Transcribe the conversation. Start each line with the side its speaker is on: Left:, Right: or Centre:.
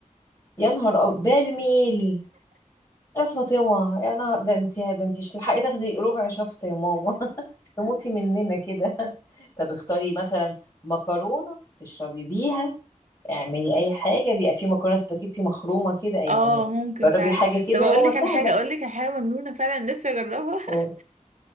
Left: يا نهار أب... برميل يا فاطمة يا نهار ده انت ده انت مش تلحقي تاخدي ربع شفطة يا ماما <laughs> تموتي مننا كده طب اختاري مثلا مكرونة تشربي بيها اعملي أي حاجة بيبقى في مكرونة سباكيتي مخرومة كده يعني
Right: اه ممكن
Left: جربي
Right: فعلا
Left: حاجة كده
Right: طب اقول
Left: يا ماما
Right: لك
Left: سهلة
Right: على حاجه اقول لك على حاجه مجنونه فعلا لسه جربها
Left: مم.
Right: <laughs>